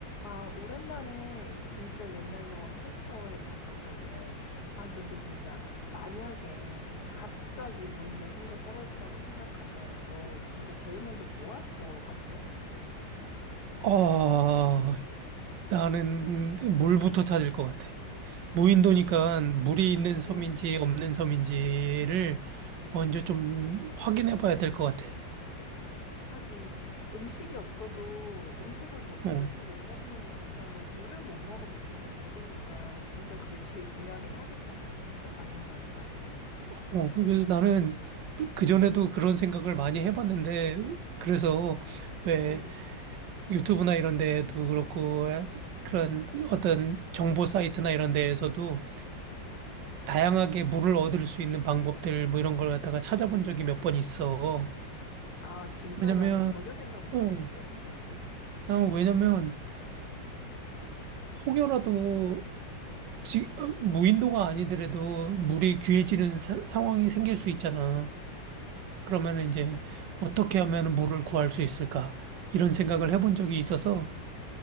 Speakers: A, on the left; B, on the right.
A: 아, 오랜만에 진짜 옛날 영화 캐서웨이 봤었거든. 아, 근데 진짜 만약에 갑자기 무인도에 혼자 떨어졌다고 생각하면 너 진짜 제일 먼저 뭐 할 거 같아?
B: 아, 나는 물부터 찾을 것 같아. 무인도니까 물이 있는 섬인지
A: 응.
B: 없는 섬인지를 먼저 좀 확인해 봐야 될 것 같아.
A: 하긴 음식이 없어도 음식을 뭐,
B: 어,
A: 며칠 못 먹는 건 괜찮은데 물을 못 먹으면 진짜 죽으니까 진짜 그게 제일 중요하긴 하겠다. 진짜 맞는 말이다.
B: 어, 그래서 나는 그전에도 그런 생각을 많이 해봤는데, 그래서 왜
A: 응.
B: 유튜브나 이런 데도 그렇고, 그런 어떤 정보 사이트나 이런 데에서도 다양하게 물을 얻을 수 있는 방법들 뭐 이런 걸 갖다가 찾아본 적이 몇 번 있어.
A: 아, 진짜
B: 왜냐면,
A: 나는 전혀 생각 못
B: 어,
A: 했는데. 응.
B: 난 왜냐면 혹여라도 지, 어, 무인도가 아니더라도 물이 귀해지는 사- 상황이 생길 수 있잖아. 그러면 이제
A: 그-
B: 어떻게 하면 물을 구할 수 있을까? 이런 생각을 해본 적이 있어서